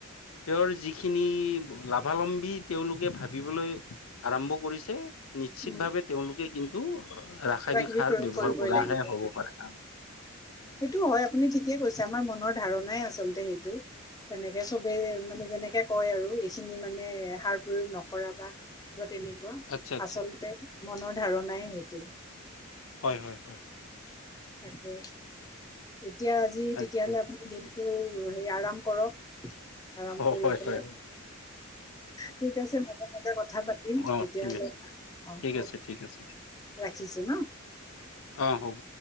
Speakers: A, on the left; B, on the left.
A: তেওঁৰ যিখিনি লাভালম্বী তেওঁলোকে ভাবিবলৈ আৰম্ভ কৰিছে, নিশ্চিত
B: উম
A: ভাৱে তেওঁলোকে কিন্তু ৰাসায়নিক
B: কিবা কিবি
A: সাৰ
B: প্ৰয়োগ
A: ব্যৱহাৰ
B: কৰিবই
A: কৰাহে
B: লাগিব
A: হ'ব
B: আৰু।
A: পাৰে।
B: সেইটো হয়। আপুনি ঠিকেই কৈছে, আমাৰ মনৰ ধাৰণাই আচলতে সেইটো। তেনেকে চবেই মানে যেনেকে কয়, আৰু এইখিনি মানে সাৰ প্ৰয়োগ নকৰা বা বা তেনেক -কুৱা
A: আচ্ছা আচ্ছা
B: আচলতে মনৰ ধাৰণাই হেইটো।
A: হয় হয় হয়
B: তাকে। এতিয়া আজি তেতিয়াহলে
A: আচ্ছা
B: আপোনি দিনটো দিনটো হে আৰাম কৰক। আৰাম
A: হয়
B: কৰি
A: হয়
B: পেলাই
A: হয়
B: ঠিক আছে। মাজে মাজে কথা পাতিম
A: অ
B: তেতিয়াহ'লে।
A: ঠিক আছে
B: অ'
A: ঠিক আছে
B: অ'।
A: ঠিক আছে
B: ৰাখিছো ন'হ?
A: অ হ'ব।